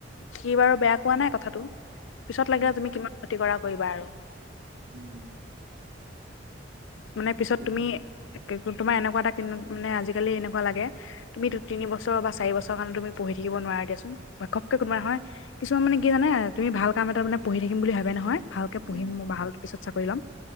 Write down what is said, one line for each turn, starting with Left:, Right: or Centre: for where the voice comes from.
Left: কি বাৰু বেয়া কোৱা নাই কথাটো পিছত
Right: হয়
Left: লাগিলে তুমি কিমান ক্ষতি কৰা কৰিবা আৰু।
Right: উম।
Left: মানে পিছত
Right: সেইটো
Left: তুমি তোমাৰ এনেকুৱা এটা কিনো মানে আজিকালি এনেকুৱা লাগে তুমি দু তিনি বছৰ বা চাৰি বছৰ কাৰণে তুমি পঢ়ি থাকিব নোৱাৰা <unintelligible> কোনোবা নহয় কিছুমান মানে কি জানে তুমি ভাল কাম এটা মানে পঢ়ি থাকিম বুলি ভাবে নহয়। ভালকে পঢ়িম
Right: উম,
Left: ম ভাল পিছত চাকৰি ল'ম